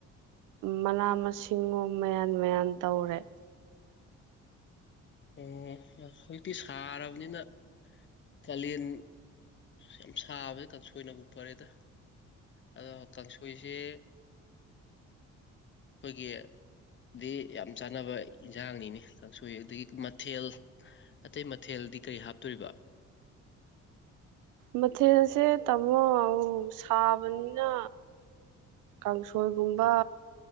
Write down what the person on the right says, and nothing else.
ꯃꯅꯥ ꯃꯁꯤꯡꯣ ꯃꯌꯥꯟ ꯃꯌꯥꯟ ꯇꯧꯔꯦ
ꯃꯊꯦꯜꯁꯦ ꯇꯥꯃꯣ ꯁꯥꯕꯅꯤꯅ ꯀꯥꯡꯁꯣꯏꯒꯨꯝꯕ